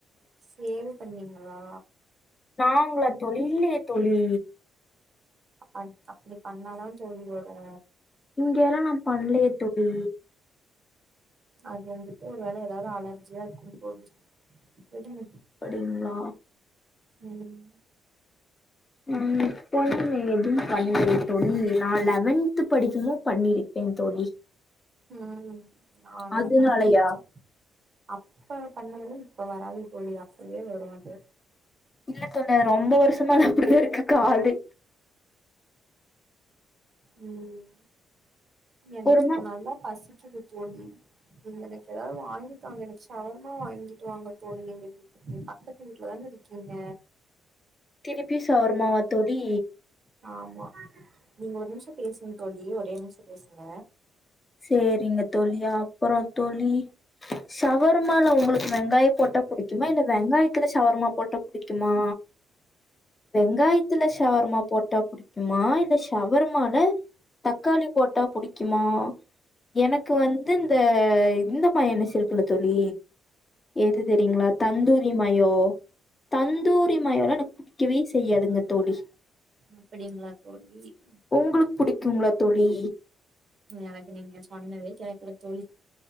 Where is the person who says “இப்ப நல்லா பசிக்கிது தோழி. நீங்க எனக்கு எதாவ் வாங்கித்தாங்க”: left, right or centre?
Right